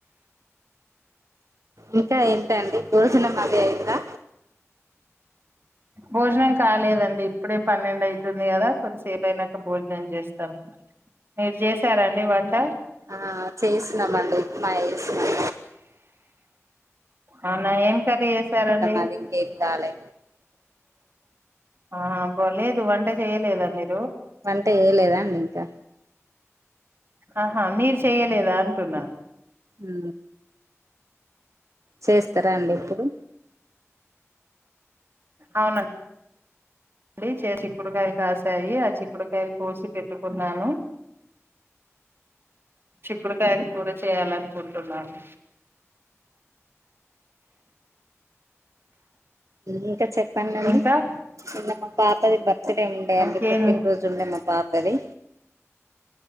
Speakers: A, on the right; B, on the right.
A: ఇంకా ఏంటండీ భోజనం అది అయిందా
B: భోజనం కాలేదండి ఇప్పుడే పన్నెండు అయితుంది కదా కొంచసేపు అయినాక భోజనం చేస్తాం మీరు చేసారాండి వంట
A: ఆ చేసినామండి మా చేసినం
B: అవునా ఏం కర్రీ చేసారండి
A: అది ఇంకేం కాలే
B: ఆ బో లేదు వంట చేయలేదు <inaudible>
A: వంట చేయ లేదా అండి ఇంకా
B: ఆహా మీరు చేయ్యలేదా అంటున్నా
A: ఊ చేస్తరా అండి ఇప్పుడు
B: అవునా అడి చిక్కుడుకాయలు కాశాయి ఆ చిక్కుడుకాయలు కోసి పెట్టుకున్నాను చిక్కుడుకాయలు కూర చేయాలనుకుంటున్నాను
A: ఇంకా చెప్పండండి
B: ఇంకా
A: చిన్న పా పాపది బర్త్ డే ఉండే
B: ఇంకేం
A: అండి పుట్టినరోజు ఉండే మా పా పాపది